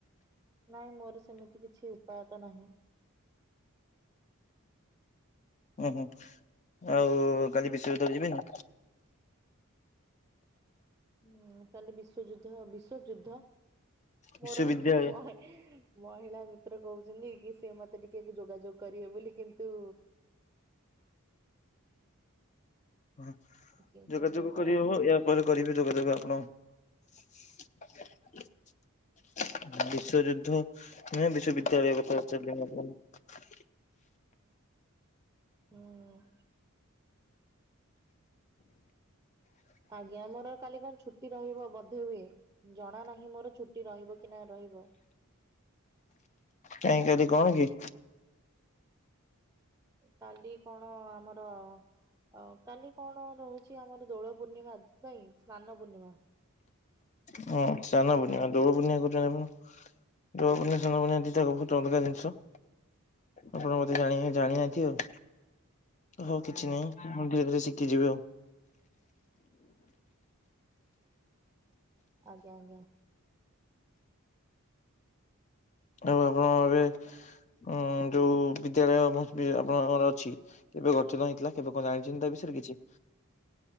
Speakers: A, on the right (about 15°); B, on the left (about 30°).
A: ନାଇଁ ମୋର ସେମିତି କିଛି ଉପାୟ ତ ନାହିଁ।
B: ଓହୋ ଆଉ କାଲି ବିଶ୍ୱଯୁଦ୍ଧ ଯିବେନି।
A: ହୁଁ କାଲି ବିଶ୍ୱଯୁଦ୍ଧ ବିଶ୍ଵଯୁଦ୍ଧ
B: ବିଶ୍ୱବିଦ୍ୟାଳୟ
A: ମୋର ମାଏ ମହିଳା ମିତ୍ର କହୁଛନ୍ତି କି ସିଏ ମତେ ଟିକେ ଯୋଗାଯୋଗ କରିବେ ବୋଲି କିନ୍ତୁ
B: ହ
A: କିନ୍ତୁ
B: ଯୋଗାଯୋଗ
A: ମୁଁ ତ
B: କରିହେବ ଏହା ପରେ କରିବେ ଯୋଗାଯୋଗ ଆପଣ ଆଜ୍ଞା। ବିଶ୍ଵଯୁଦ୍ଧ ନାଇ ବିଶ୍ୱବିଦ୍ୟାଳୟ କଥା ପଚାରିଲି ମୁଁ ଆପଣଙ୍କୁ?
A: ହୁଁ। ଆଜ୍ଞା ମୋର କାଲି କଣ ଛୁଟି ରହିବ ବଧେ ହୁଏ। ଜଣା ନାହିଁ ମୋର ଛୁଟି ରହିବ କି ନାଁ ରହିବ?
B: କାଇଁ କାଲି କଣ କି?
A: କାଲି କଣ ଆମର ଅ କାଲି କଣ ରହୁଛି ଆମର ଦୋଳ ପୂର୍ଣ୍ଣିମା ନାଇଁ ସ୍ନାନ ପୂର୍ଣ୍ଣିମା।
B: ହଁ ସ୍ନାନ ପୂର୍ଣ୍ଣିମା ଦୋଳ ପୂର୍ଣ୍ଣିମା କହୁଛନ୍ତି ଆପଣ? ଦୋଳ ପୂର୍ଣ୍ଣିମା ସ୍ନାନ ପୂର୍ଣ୍ଣିମା ଦିଟା ବହୁତ୍ ଅଲଗା ଜିନିଷ। ଆପଣ ମତେ ଜାଣି ଜାଣିନାହାନ୍ତି ଆଉ ହଉ କିଛି ନାହିଁ ମୁଁ ଧୀରେ ଧୀରେ ଶିଖି ଯିବେ ଆଉ
A: ଆଜ୍ଞା ଆଜ୍ଞା।
B: ଆଉ ଆପଣଙ୍କ ଏବେ ଉ ଯୋଉ ବିଦ୍ୟାଳୟ ଆପଣଙ୍କର ଅଛି? କେବେ ଗଠିତ ହେଇଥିଲା କେବେ କଣ ଜାଣିଛନ୍ତି ତା ବିଷୟରେ କିଛି?